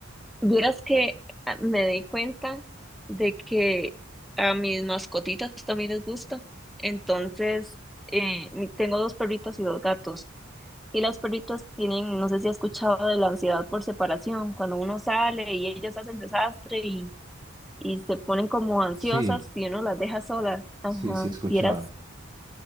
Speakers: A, in the centre; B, on the right (about 20°).
A: vieras que ah, me di cuenta de que a mis mascotitas también les gusta. Entonces, eh, mi- tengo dos perritas y dos gatos. Y las perritas tienen, no sé si has escuchado de la ansiedad por separación, cuando uno sale y ellas hacen desastre y se ponen como ansiosas
B: Sí,
A: si uno las deja solas. Ajá,
B: sí, sí, escuchaba.
A: vieras,